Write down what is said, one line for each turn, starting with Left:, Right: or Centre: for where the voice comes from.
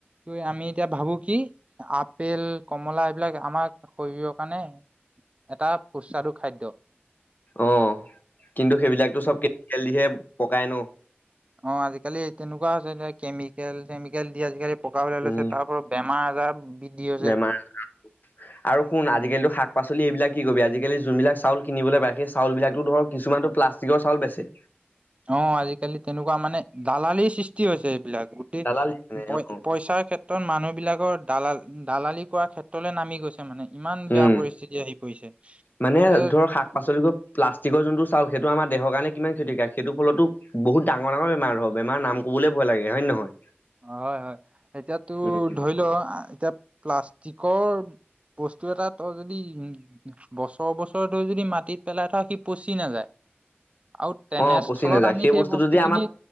Right: তোৰ আমি এতিয়া ভাবো কি আপেল, কমলা এইবিলাক আমাক শৰীৰৰ কাণে এটা সুস্বাদু খাদ্য।
Left: অ, কিন্তু সেইবিলাকতো চব কেমিকেল দিহে পকাই ন?
Right: অ, আজিকালি তেনকুৱা আছে যে কেমিকেল চেমিকেল দি আজিকালি পকা ওলাই
Left: উম,
Right: লৈছে তাৰ <unintelligible> বেমাৰ আজাৰ বৃদ্ধি হৈছে
Left: বেমাৰ <unintelligible> আৰু শুন আজিকালিতো শাক-পাচলি এইবিলাক কি কবি আজিকালি যোনবিলাক চাউল কিনিবলৈ পায় সেই চাউল বিলাকটো ধৰ কিছুমানতো প্লাচ টিকৰ চাউল বেচে।
Right: অ, আজিকালি তেনেকুৱা মানে দালালিৰ সৃষ্টি হৈছে এইবিলাক গোটেই
Left: দালালি মানে
Right: পই-পইচাৰ
Left: অ
Right: ক্ষেত্ৰত মানুহ বিলাকৰ দালাল-দালালি কৰাৰ ক্ষেত্ৰলে নামি গৈছ এ মানে, ইমান
Left: উম
Right: বেয়া পৰিস্থিতি আহি পৰিছে।
Left: মানে
Right: এয়া
Left: ধৰ শাক পাচলিবোৰ প্লাষ্টিকৰ যোনটো চাউল সেইটো আমাৰ দেহৰ কাৰণে কিমান ক্ষতিকাৰক সেইটো ফলতো বহুত ডাঙৰ ডাঙৰ বেমাৰ <unintelligible> বেমাৰ নাম ক'বলে ভয় লাগে হয় নে নহয়?
Right: অ হয়, হয়, এতিয়া তোৰ
Left: উম,
Right: ধৰি ল আ এতিয়া প্লাষ্টিকৰ বস্তু এটাত তই যদি উম বছৰ বছৰ ধৰি যদি মাটিত পেলাই থ সি পচি নাযায়। আউ তেনেস্থলত
Left: অ পচি নাযায়
Right: আমি সেই
Left: বস্তুটো
Right: বস্তু
Left: যে
Right: খিনি
Left: আমাক